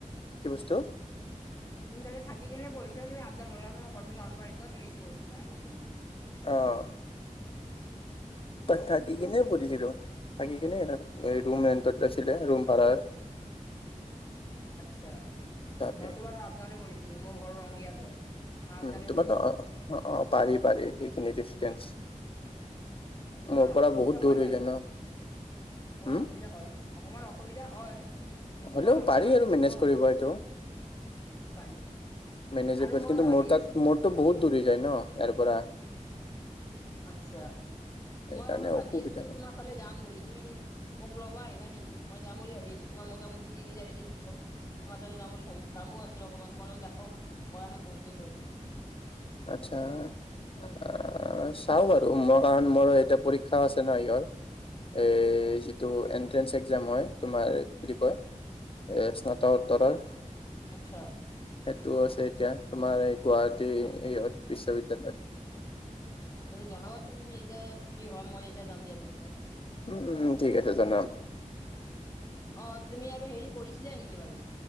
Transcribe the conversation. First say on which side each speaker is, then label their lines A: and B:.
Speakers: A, on the left; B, on the left.
A: কি বস্তু?
B: তুমি তাতে থাকি কেনে পঢ়িছিলা তুমি আপডাউন কৰিছিলা তোমাৰ ঘৰটো নলবাৰীত ন তুমি যিটো কৈছিলা আগতে। মোক।
A: অ'। তাত থাকি কিনে পঢ়িছিলো থাকি কিনে ৰুম ৰেণ্টত আছিলে ৰুম ভাৰা।
B: আচ্ছা
A: তাকে।
B: মইতো বাৰু আপ ডাউনে কৰিছিলো মোৰ ঘৰ ৰংগিয়াত হয়। আপ
A: উম,
B: ডাউনেই
A: তোমাৰতো
B: কৰিছিলো।
A: অ', অ', পাৰি পাৰি সেইখিনি ডিচটেন্স।
B: অকমান
A: মোৰ পৰা
B: অসুবিধা
A: বহুত
B: হয়
A: দূৰ হৈ
B: বাৰু
A: যায় ন
B: অকমান
A: হম
B: অসুবিধা হয় অকমান অসুবিধা হয়। নোহোৱা
A: হ'লেও
B: নহয়
A: পাৰি
B: ইমান
A: আৰু
B: দূৰ
A: মেনেজ
B: ন
A: কৰিব এইটো।
B: সেইটো পাৰি
A: মেনেজেবল
B: আৰু মই
A: কিন্তু
B: ভাবি
A: মোৰ তাত
B: আছিলো
A: মোৰটো বহুত দূৰ যায় ন ইয়াৰ পৰা।
B: আচ্ছা
A: সেইকাৰণে
B: মই আৰু ভাবি
A: অসুবিধা
B: আছিলো তোমাৰ ফালে যাম বুলি তুমি মোক লবা আহিবা নেকি মই যাম বুলি ভাবি আছিলো তোমাৰ মোটামুটি তিনি চাৰি দিন পিছত। তোমাৰ তাতে যাম বুলি ভাবিছো কামো আছিল অকণমান তোমাললোক দেখাও কৰা নাই বহুত দিন ধৰি।
A: আচ্ছা। অ', চাও বাৰু মই কাৰণ মোৰ এতিয়া পৰীক্ষা আছে ন ইহঁৰ। এই যিটো এণ্ট্ৰেন্ঞ্চ এক্জাম হয় তোমাৰ কি বুলি কয় এ স্নাতকোত্তৰৰ।
B: আচ্ছা।
A: সেইটোও আছে এতিয়া তোমাৰ এই গুৱাহাটী বিশ্ববিদ্যয়ালয়ত।
B: জনাবাচোন তুমি যেতিয়া ফ্ৰ্ৰী হয় মই যেতিয়া যাম দিয়া তোমাৰ তাত।
A: উম, উম, ঠিক আছে জনাম।
B: অ', তুমি আৰু হেৰি কৰিছিলা নেকি বাৰু?